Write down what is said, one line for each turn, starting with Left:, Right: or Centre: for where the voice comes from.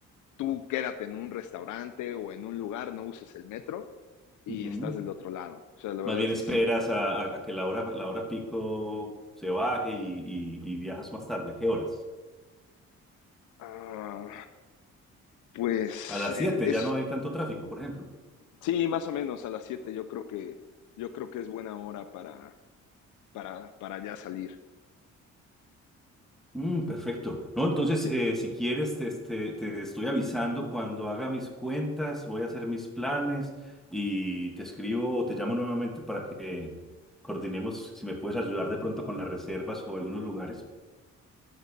Left: tú quédate en un restaurante o en un lugar, no uses el metro y
Centre: Ujú.
Left: estás del otro lado. O sea, la verdad
Centre: Más bien
Left: es
Centre: esperas
Left: que sí,
Centre: a, a- a que la hora, la hora pico se baje y, y- y viajas más tarde. ¿A qué horas?
Left: ah, pues
Centre: A las
Left: eh,
Centre: 7
Left: es,
Centre: ya no hay tanto tráfico, por ejemplo.
Left: Sí, más o menos a las 7. yo creo que yo creo que es buena hora para para para ya salir.
Centre: Mm, perfecto. No, entonces,
Left: Sí,
Centre: eh, si quieres, te, este, te estoy avisando cuando haga mis cuentas, voy a hacer mis planes y te escribo o te llamo nuevamente para que coordinemos si me puedes ayudar de pronto con las reservas o algunos lugares.